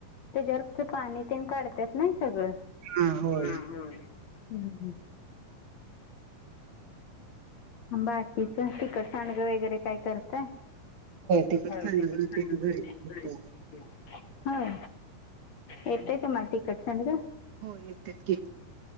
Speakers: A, on the left; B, on the right.
A: त्याच्यावर पाणी तेन काढतात नाही सगळं.
B: हा होय
A: ह् हं. बाकीच तिखट सांडगे वगैरे काय करताय?
B: तिकड
A: होय
B: सांडगं
A: तिखट सांडगे ते घरीच
B: करतो
A: करतोय.
B: आम्ही.
A: होा येतय तुम्हाला तिखट सांडग?
B: हो येतत गी.